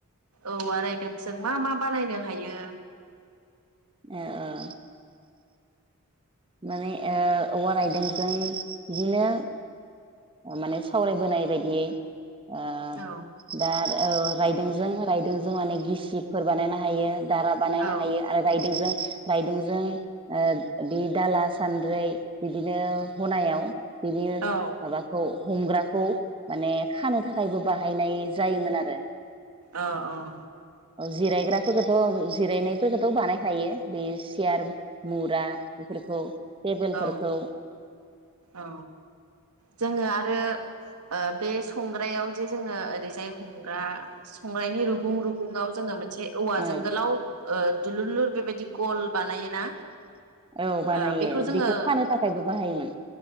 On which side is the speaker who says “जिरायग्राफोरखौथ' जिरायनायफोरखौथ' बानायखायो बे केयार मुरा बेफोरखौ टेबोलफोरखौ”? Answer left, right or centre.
Right